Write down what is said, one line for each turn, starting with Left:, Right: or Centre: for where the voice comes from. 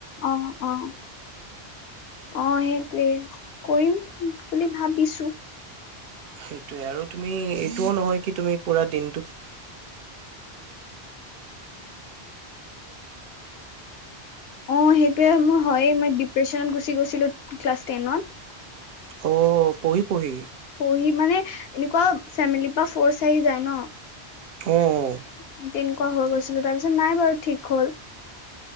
Left: অ', অ', অ', সেইটোৱে কৰিম বুলি ভাবিছো।
Right: সেইটোয়ে আৰু তুমি <unintelligible> নহয় কি তুমি পুৰা দিন
Left: অ', সেইটোৱে মোৰ হয়ে, মই ডিপ্ৰেচনত
Right: অ', পহি পহি।
Left: পঢ়ি মানে এনেকুৱা ফেমিলি ফৰ্চ আহি যায় ন।
Right: অ
Left: তেনেকুৱা হৈ গৈছিলো, তাৰপিছত নাই বাৰু ঠিক হ'ল।